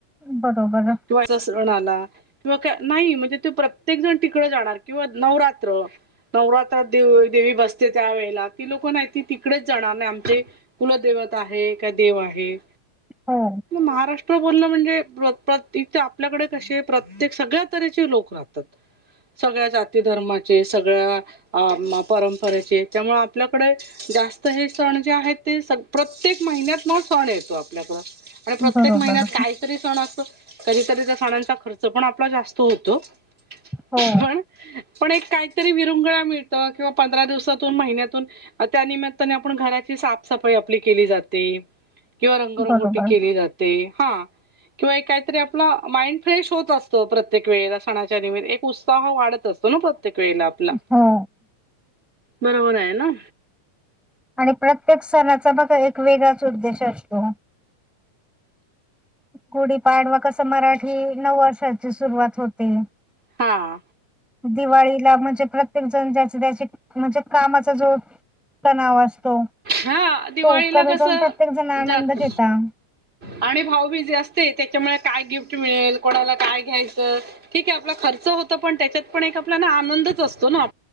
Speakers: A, in the centre; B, on the right.
A: बरोबर.
B: किंवा सणाला. किंवा का नाही म्हणजे ते प्रत्येक जण तिकड जाणार किंवा नवरात्र नवरात्रात देवी बसते त्यावेेळेला ती लोक नाहीती तिकडेच जाणार नाही आमचे कुलं देवत आहे का देव आहे.
A: हो,
B: महाराष्ट्र बोलण म्हणजेत तथ आपल्याकडे कसे प्रत्येक सगळ्या तऱचे लोक राहतात. सगळ्या जाती धर्माचे सगळ्या परंपरेचे त्यामुळे आपल्याकडे जास्त हे सण जे आहेत ते स प्रत्येक महिन्यात ना सण येतो आपल्याकडं आणि प्रत्येक
A: बरोबर.
B: महिन्यात काहीतरी सण असत तधतरी त्या सणांचा खर्च पण आपला जास्त होो होतो
A: हो,
B: पण. पण एक काहीतरी विरुंगळा मिळत किंवा पंधरा दिवसातून महिन्यातून त्यानिमित्ताने आपण घराची साफसफाई आपली केली जाते. किंवा रंगरंगोटी
A: बरोबर.
B: केली जाते हा किंवा एकाय- आपला माइंड फ्रेश होत असतो प्रत्येक वेळेला सणाच्या निमित्त एक उत्साह वाढत असतो ना प्र प्रत्येक वेळेला आपला
A: हो.
B: बरोबर आहे ना.
A: आणि प्रत्येक सणाचा बघा एक वेगळाच उद्देश असतो. गुडी पाडवा कसं मराठी नव वर्षाची सुरुवात होते
B: हां
A: दिवाळीला म्हणजे प्रत्येक जण ज्या त्याची म्हणजे कामाचा जो तणाव असतो
B: हा दिवाळीला
A: तो कमी
B: कसं
A: करून प्रत्येक जण आनंद
B: जात
A: घेता.
B: आणि भाऊबीज असते त्याच्यामुळे काय गिफ्ट मिळेल कोणाला काय घ्यायचं ठीक आहे आपला खर्च होत पण त्याच्यात पण एक आपला आनंदच असतो ना.